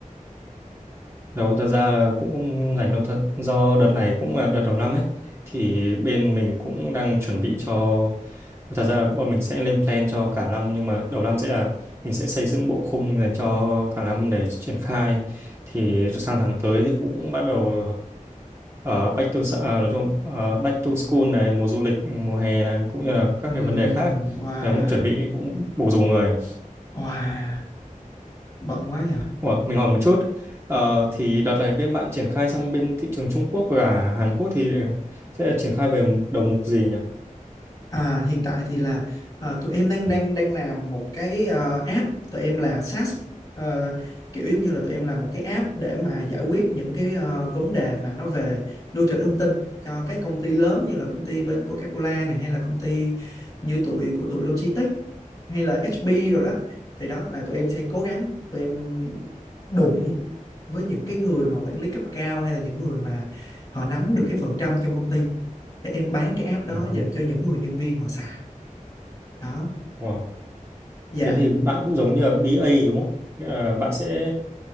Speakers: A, on the right; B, on the left.
A: Đâu, thật ra là cũng không rảnh đâu thật do đợt này cũng là đợt đầu năm ấy thì bên mình cũng đang chuẩn bị cho thật ra là bọn mình sẽ lên plan cho cả năm nhưng mà đầu năm sẽ là mình sẽ xây dựng bộ khung dành cho cả năm để triển khai thì sang tháng tới thì cũng bắt đầu ở back to s- à, nói chung ờ, back to school này mùa du lịch mùa hè này cũng như là các
B: Ừm,
A: cái vấn đề khác ấy,
B: wow
A: là cũng chuẩn bị cũng bổ dùng người
B: wow bận quá nhỉ
A: Ủa, mình hỏi một chút Ờ, thì đợt này bên bạn triển khai sang bên thị trường Trung Quốc và Hàn Quốc thì ờ, sẽ triển khai về đầu mục gì nhỉ?
B: À, hiện tại thì là ờ, tụi em đang đang đang làm một cái ờ, app tụi em là SaaS ờ, kiểu giống như là tụi em làm một cái app để mà giải quyết những cái ờ, vấn đề mà nó về lưu trữ thông tin cho các công ty lớn như là công ty bên Coca-Cola này hay là công ty như tụi của tụi Logitech hay là HP rồi đó thì đó là tụi em sẽ cố gắng tụi em đụng với những cái người mà quản lý cấp cao hay là những người mà họ nắm được cái phần trăm trong công ty để em bán cái app đó
A: Ừ.
B: dành cho những người nhân viên họ xài đó
A: Wow.
B: dạ
A: Thế thì bạn cũng giống như là BA đúng không? Nghĩa là bạn sẽ